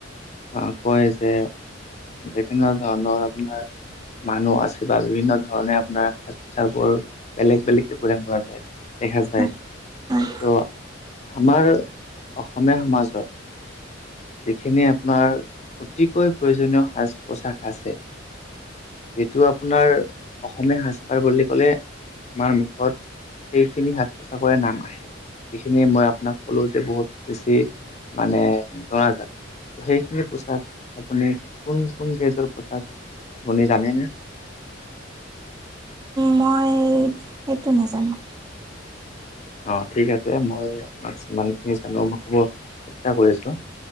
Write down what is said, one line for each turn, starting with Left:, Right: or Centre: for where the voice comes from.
Left: অ কয় যে বিভিন্ন ধৰণৰ আপোনাৰ মানুহ আছে। বা বিভিন্ন ধৰণে আপোনাৰ সাজ-পোচাৰ বোৰ বেলেগ বেলেগকে পৰিধান কৰা যায়। দেখা যায়।
Right: হয় হয়
Left: ত' আমাৰ অসমীয়া সমাজত যিখিনি আপোনাৰ অতিকৈ প্ৰয়োজনীয় সাজ-পোছাক আছে, যিটো আপোনাৰ অসমীয়া সাজ-পাৰ বুলি কলে আমাৰ মুখত সেইখিনি সাজ পোছাকৰে নাম আহে। যিখিনি মই আপোনাক ক'লো যে বহুত বেছি মানে জনাজাত, সেই পোচাক আপুনি, কোন কোন কেজৰ পোচাক আপুনি জানেনে? <inaudible>
Right: মই সেইটো নাজানো।
Left: অ ঠিক আছে। মই আপোনাক যিমানখিনি জানো কব চেষ্টা কৰিছো।